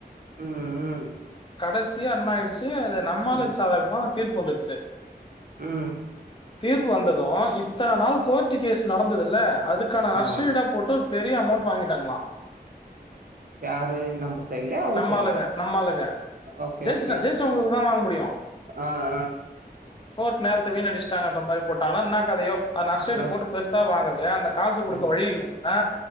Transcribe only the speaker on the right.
ம் ம்
ம்
ம்
ஆமா
யாரு நம்ம சைட்லயா அவங்க
சைட்லயா
ஓகே
ஓகே
ஆ ஆ
ஆ
ம்